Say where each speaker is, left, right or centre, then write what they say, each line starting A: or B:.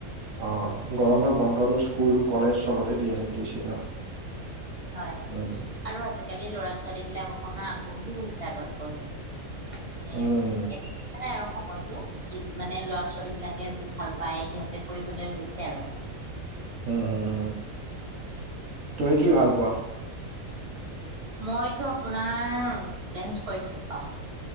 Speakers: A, on the right (about 85°); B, on the right (about 45°).
A: অ গৰমৰ বন্ধতো স্কুল কলেজ চবতে দি দিছে ন।
B: হয়
A: উম
B: আৰু আজিকালি লৰা ছোৱালীবিলাক অকমান আগ্ৰহীও হৈছে আগতকৈ। মানে
A: উম উম
B: <unintelligible> নাই আৰু সময় ত মানে ল'ৰা ছোৱালীবিলাকে যি ভাল পায় সিহঁতে কৰিবলে লৈছে আৰু
A: উম হুম হম তুমি কি ভাল পোৱা?
B: মইতো আপোনাৰ ডেন্স কৰি ভাল পাওঁ।